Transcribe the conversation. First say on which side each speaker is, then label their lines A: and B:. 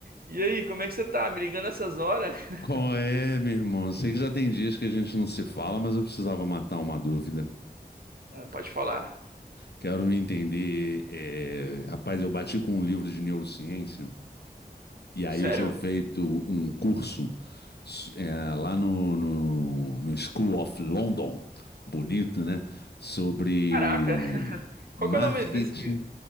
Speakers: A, on the right (about 60°); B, on the left (about 75°).
A: E aí, como é que você tá? Me ligando essas horas? <laughs>
B: Qual é, meu irmão? Sei que já tem dias que a gente não se fala, mas eu precisava matar uma dúvida.
A: Ah, Pode falar.
B: Quero entender. é, Rapaz, eu bati com um livro de neurociência e aí
A: Sério?
B: eu tinha feito um curso s- é, lá no, no, no School of London, bonito, né? Sobre
A: Caraca! <laughs> Qual
B: marketing,
A: que é o nome desse?